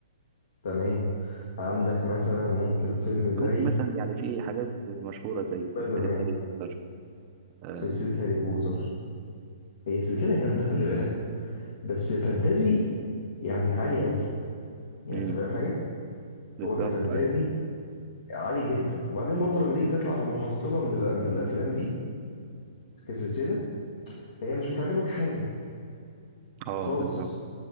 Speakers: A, on the left; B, on the right.
A: تمام عندك مثلا ممكن فيلم زي
B: ممكن مثلا يعني في حاجات مشهورة زي
A: سبايدر
B: سلسلة
A: مان
B: هاري بوتر آه
A: سلسلة هاري بوتر هي سلسلة جامدة خلي بالك بس فانتازي يعني عالي قوي يعني
B: مم،
A: انت فاهم حاجة
B: بالظبط
A: هو كفانتازي
B: أيوة.
A: عالي جدا وبعدين برضو لما تيجي تطلع بمحصلة من ال- من الافلام دي كسلسلة هي مش بتعلمك حاجة
B: اه
A: خالص
B: بالظبط